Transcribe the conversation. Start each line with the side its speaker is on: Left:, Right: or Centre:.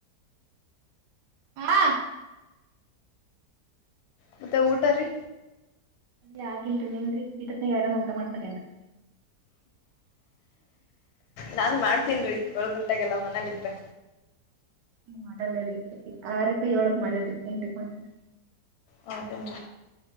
Right: ಹಾ
Left: ಮತ್ತೆ ಊಟ ರೀ.
Right: ಅದೆ ಆಗಿಲ್ರಿ ನಿಮ್ದ್ರಿ ಇಟತ್ನ್ಯಾಗ ಯಾರನ್ ಊಟ ಮಾಡ್ತಾರ ಏನ್ರಿ.
Left: ನಾನ್ ಮಾಡ್ತೀನ್ರಿ ಏಳ್ ಗಂಟಾಗೆಲ್ಲಾ ಮನೇಲ್ ಇದ್ರೆ.
Right: ನಾವ್ ಮಾಡಲ್ಲರಿ ಸ ಆರಕ್ ಏಳಕ್ ಮಾಡಲ್ರಿ ಎಂಟಕ್ ಮಾಡ್ತೇವ್ರಿ.
Left: ಹೌದೇನ್ರಿ.